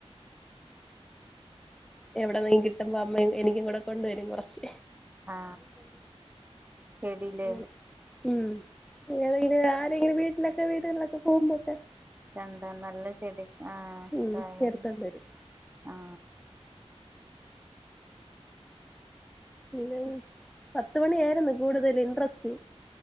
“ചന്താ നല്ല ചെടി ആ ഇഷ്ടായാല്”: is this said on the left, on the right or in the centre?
Right